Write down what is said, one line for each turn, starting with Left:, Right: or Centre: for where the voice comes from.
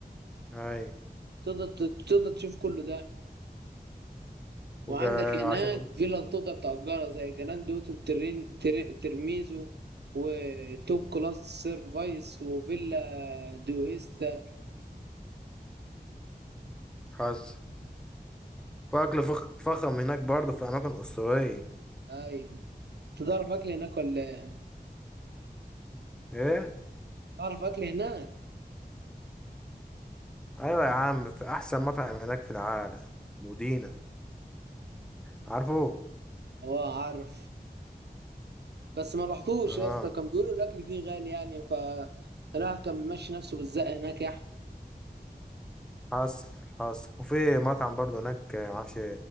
Centre: أيوة
Right: تقدر ت- تقدر تشوف كل ده
Centre: وجا
Right: وعندك هناك
Centre: عشان
Right: فيلا تقدر تأجرها زي جراند اوتيل ترين تر- ترميزو وتوب كلاس سيرفايس وفيلا دويستا
Centre: حصل فأكل فخ... فخم هناك برضه في أماكن أسطورية
Right: اي تعرف اكل هناك ولا ايه
Centre: إيه؟
Right: تعرف اكل هناك
Centre: أيوة يا عم في أحسن مطعم هناك في العالم مدينة عارفه؟
Right: اه عارف بس ما رحتوش
Centre: آه
Right: يا اسطى كان بيقولوا الاكل فيه غالي يعني ف راح كان ماشي نفسه بالزق هناك يا
Centre: حصل حصل وفي مطعم برضه هناك آه، معرفش